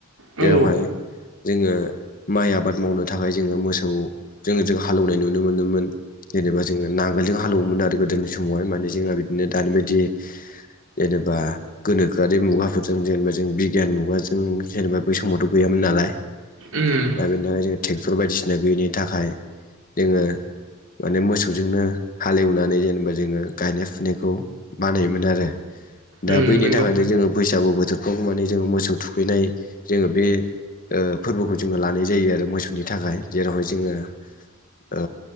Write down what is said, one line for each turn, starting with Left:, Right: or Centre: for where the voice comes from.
Right: औ
Left: जेरावहाय जोङो माइ आबाद मावनो थाखाय जोङो मोसौ जोङो जों हालेवनाय नुनो मोनोमोन। जेनेबा जोङो नांगोलजों हालेवोमोन आरो गोदोनि समावहाय माने जोंहा बिदिनो दानि बायदि। जेनेबा गोनोखोआरि मुगाफोरजों जेनेबा जों बिगियान मुगाजों जेनेबा बै समावथ' गैयामोन नालाय
Right: उम
Left: दा बेनि थाखाय जों ट्रेक्टर बायदिसिना गैयिनि थाखाय जोङो माने मोसौजोंनो हालेवनानै जेनेबा जोङो गायनाय फुनायखौ बानायोमोन आरो। दा
Right: उम
Left: बैनि
Right: नंगौ
Left: थाखायनो जोङो बैसागु बोथोरखौ माने जोङो मोसौ थुखैनाय जोङो बे ओ फोरबोखौ जोङो लानाय जायो आरो मोसौनि थाखाय जेरावहाय जोङो। ओ